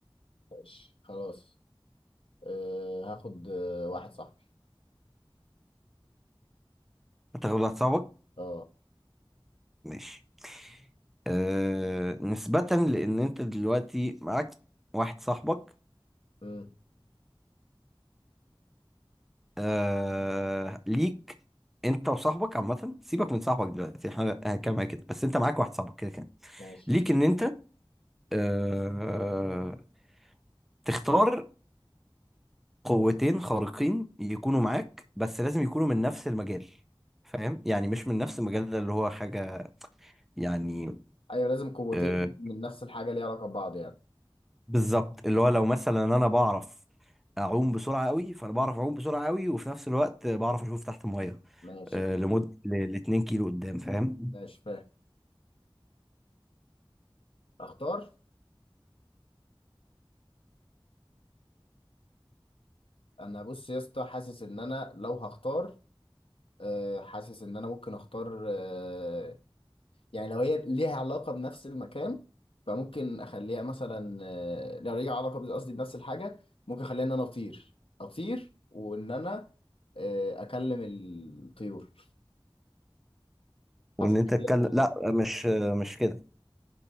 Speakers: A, on the left (about 85°); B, in the centre.
A: ماشي خلاص أه هاخد أه واحد صاحبي
B: هتاخد واحد صاحبك
A: اه
B: ماشي آه نسبة لأن أنت دلوقتي معاك واحد صاحبك
A: امم
B: آه ليك أنت وصاحبك عامة سيبك من صاحبك دلوقتي احنا هنتكلم على كده بس أنت معاك واحد صاحبك كده كده
A: ماشي
B: ليك إن أنت آه تختار قوتين خارقين يكونوا معاك بس لازم يكونوا من نفس المجال فاهم يعني مش من نفس المجال ده اللي هو حاجة يعني
A: ايوه لازم قوتين
B: آه،
A: من نفس الحاجه ليها علاقه ببعض يعني
B: بالظبط اللي هو لو مثلا انا بعرف اعوم بسرعه قوي فانا بعرف اعوم بسرعه قوي وفي نفس الوقت بعرف اشوف تحت الميه
A: ماشي
B: آه،
A: خلاص
B: لمده ل 2 كيلو قدام فاهم
A: ماشي فاهم اختار انا بص يا اسطى حاسس ان انا لو هختار آه، حاسس ان انا ممكن اختار آه، يعني لو هي ليها علاقة بنفس المكان فممكن أخليها مثلا آه، لو ليها علاقة بس- قصدي بنفس الحاجة ممكن أخليها إن أنا أطير أطير وإن أنا آه، أكلم الطيور
B: وان
A: حاسس
B: انت
A: إن
B: تتكلم
A: دي هتبقى
B: لا
A: ذكية.
B: مش مش كده